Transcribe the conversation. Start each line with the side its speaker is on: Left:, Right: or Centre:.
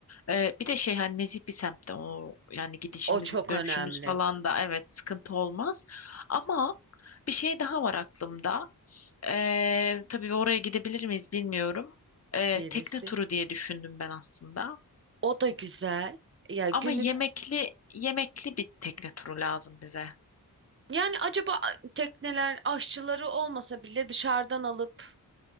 Left: E, bir de şey hani nezih bir semtte o yani gidişimiz
Right: O çok
Left: dönüşümüz
Right: önemli.
Left: falan da evet sıkıntı olmaz. Ama bir şey daha var aklımda. E, tabii oraya gidebilir miyiz bilmiyorum. E,
Right: Neresi?
Left: tekne turu diye düşündüm ben aslında.
Right: O da güzel. Ya günü
Left: Ama yemekli yemekli bir tekne turu lazım bize.
Right: yani acaba tekneler aşçıları olmasa bile dışarıdan alıp